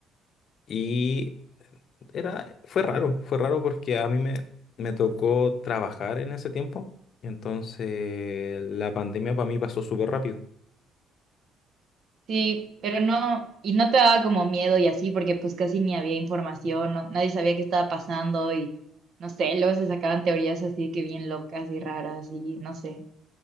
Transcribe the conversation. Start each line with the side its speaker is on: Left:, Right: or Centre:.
Left: y era, fue raro, fue raro porque a mí me, me tocó trabajar en ese tiempo. Entonces, la pandemia para mí pasó súper rápido.
Right: Sí, pero no, y no te daba como miedo y así, porque pues casi ni había información, no- nadie sabía qué estaba pasando y no sé, luego se sacaban teorías así que bien locas y raras y no sé.